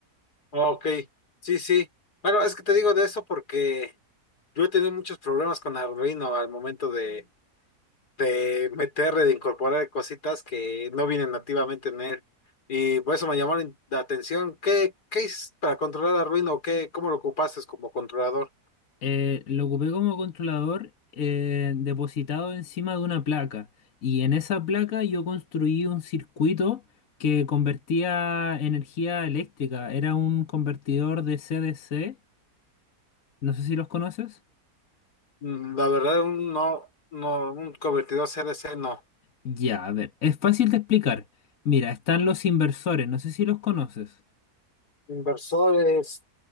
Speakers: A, on the left; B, on the left.
A: Ok, sí, sí. Bueno, es que te digo de eso porque... Yo he tenido muchos problemas con Arduino al momento de, de meter, de incorporar cositas que no vienen nativamente en él. Y por eso me llamó la atención. ¿Qué, qué es para controlar Arduino? ¿Qué, cómo lo ocupaste como controlador?
B: Eh, lo ocupé como controlador eh, depositado encima de una placa y en esa placa yo construí un circuito que convertía energía eléctrica. Era un convertidor de CDC. No sé si los conoces.
A: Mm, La verdad, un no, no, un convertidor C D C no.
B: Ya, a ver, es fácil de explicar. Mira, están los inversores. No sé si los conoces.
A: Inversores,